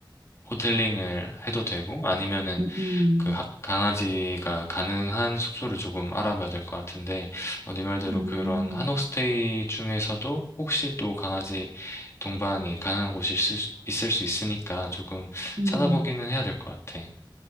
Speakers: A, on the left; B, on the right.
A: 호텔링을 해도 되고 아니면은
B: 음,
A: 그 하- 강아지가 가능한 숙소를 조금 알아봐야 될 것 같은데 어, 네 말대로
B: 음,
A: 그런 한옥스테이
B: 음,
A: 중에서도 혹시 또 강아지 동반이 가능한 곳이 있을 수, 있을 수 있으니까 조금
B: 음.
A: 찾아보기는 해야 될 것 같아.